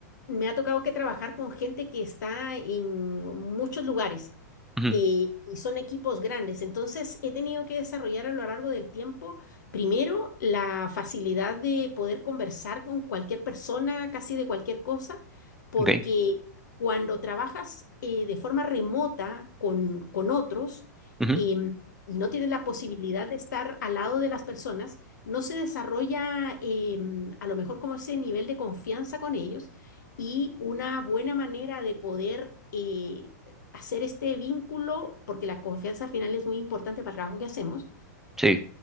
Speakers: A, on the left (about 80°); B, in the centre.
A: me ha tocado que trabajar con gente que está en muchos lugares
B: ujú,
A: eh, y son equipos grandes. Entonces, he tenido que desarrollar a lo largo del tiempo, primero, la facilidad de poder conversar con cualquier persona, casi de cualquier cosa, porque
B: ok,
A: cuando trabajas eh, de forma remota con, con otros,
B: ujú,
A: em, y no tienen la posibilidad de estar al lado de las personas, no se desarrolla eh, a lo mejor como ese nivel de confianza con ellos y una buena manera de poder eh, hacer este vínculo, porque la confianza al final es muy importante para el trabajo que hacemos
B: sí.